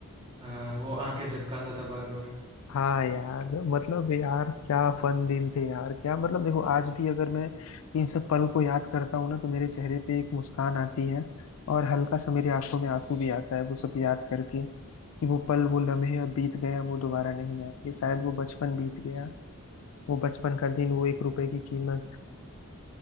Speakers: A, on the right; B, on the left.
A: हाँ वो आंखें झपकाता था बार बार
B: हाँ यार मतलब यार क्या फन दिन थे यार क्या मतलब देखो आज भी अगर मैं इन सब पल को याद करता हूँ ना तो मेरे चेहरे पे एक मुस्कान आती है और हल्का सा मेरी आंखों में आंसू भी आता है वो सब याद करके कि वो पल वो लम्हे अब बीत गए अब वो दोबारा नहीं आएंगे शायद वो बचपन बीत गया वो बचपन का दिन वो एक रुपए की कीमत